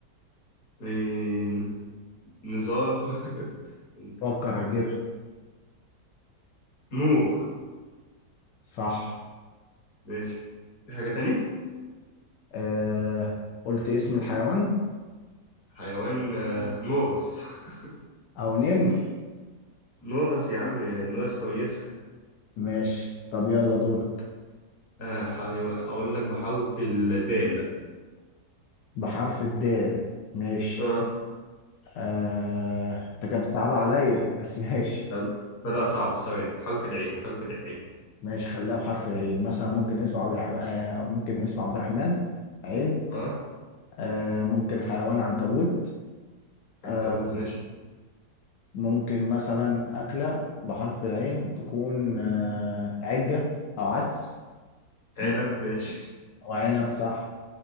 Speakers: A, on the left (about 60°); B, on the left (about 85°).
A: إيه... نزار <laughs>
B: فكر هتجيبها
A: نور
B: صح
A: ماشي في حاجة تانية
B: آه قلت اسم الحيوان
A: حيوان آه... نورس <laughs>
B: او نمر
A: نورس يا عم نورس كويس
B: ماشي طب يلا دورك
A: آه حي- أقول لك بحرف الدال
B: بحرف الدال ماشي
A: آه
B: آه... انت كانت بتصعب عليا بس <laughs> ماشي
A: تمام فلا صعب ثواني حرف العين حرف العين
B: ماشي خليها بحرف العين مثلا ممكن اسم عبد الرح... آه... ممكن اسم عبد الرحمن عين
A: آه
B: آه... ممكن حيوان عنكبوت آه...
A: عنكبوت ماشي
B: ممكن مثلا أكلة بحرف العين تكون آه، عجة أو عدس
A: عنب
B: ممكن-
A: ماشي
B: أو عنب صح